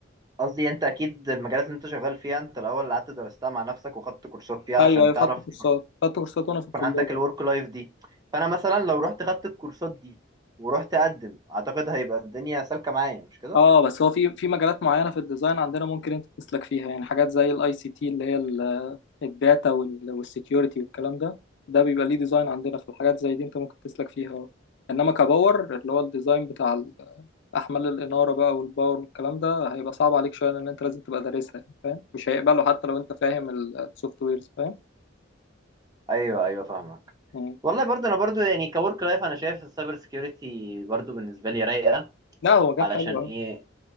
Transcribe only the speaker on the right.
قصدي انت اكيد المجالات اللي انت شغال فيها انت الاول اللي قعدت درستها مع نفسك وخدت كورسات فيها عشان
تعرف
تكون
يكون عندك الورك لايف دي فانا مثلا لو رحت خدت الكورسات دي ورحت اقدم اعتقد هيبقى الدنيا سالكه معايا مش كده
ايوه ايوه فاهمك
والله برضه انا برضه يعني كورك لايف انا شايف السايبر سكيورتي برضه بالنسبه لي رايقه
علشان
ايه